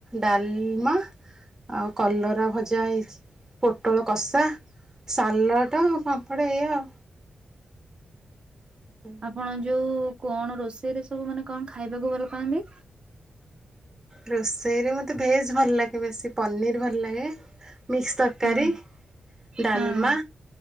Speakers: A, on the right (about 15°); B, on the right (about 35°).
A: ଡାଲମା। ଆଉ କଲରା ଭଜା ହେଇଛି। ପୋଟଳ କଷା, ସାଲଟ, ପାମ୍ପଡ଼ ଏଇଆ ଆଉ। ଉ ଉଁ।
B: ଆପଣ ଯୋଉ କଣ ରୋଷେଇରେ ସବୁ ମାନେ କଣ ଖାଇବାକୁ ଭଲ ପାଆନ୍ତି?
A: ରୋଷେଇରେ ମୋତେ ଭେଜ୍ ଭଲ ଲାଗେ ବେଶୀ ପନିର୍ ଭଲ ଲାଗେ। ମିକ୍ସ ତରକାରୀ,
B: ହଁ
A: ଡାଲମା।
B: ହଁ।